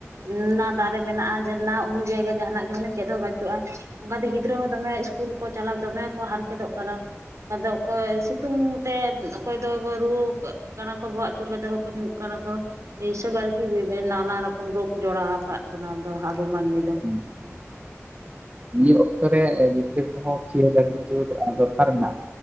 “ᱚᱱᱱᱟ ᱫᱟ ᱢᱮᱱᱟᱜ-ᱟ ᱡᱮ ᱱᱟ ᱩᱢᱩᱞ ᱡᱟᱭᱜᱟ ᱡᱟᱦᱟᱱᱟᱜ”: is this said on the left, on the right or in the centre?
Right